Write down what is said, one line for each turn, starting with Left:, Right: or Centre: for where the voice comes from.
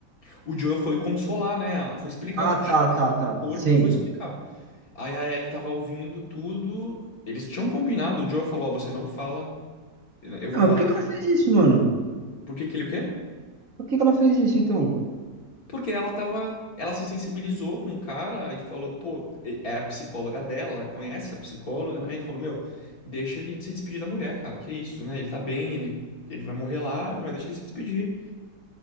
Left: O Joel foi consolar, né? Foi explicar.
Right: Ah,
Left: che-
Right: tá, tá,
Left: Chegou
Right: tá,
Left: com o corpo
Right: sim.
Left: e foi explicar. Aí a Ellie tava ouvindo tudo. Eles tinham combinado, o Joel falou, ó, você não fala, eu vou
Right: Ah,
Left: falar
Right: mas por que
Left: aqui.
Right: que ela fez isso, mano?
Left: Por que que ele o quê?
Right: Por que que ela fez isso, então?
Left: Porque ela tava, ela se sensibilizou com o cara e falou, pô, e- é a psicóloga dela, ela conhece a psicóloga, né? E falou, meu, deixa ele se despedir da mulher, cara, que isso, né? Ele tá bem, ele, ele vai morrer lá, mas deixa ele se despedir.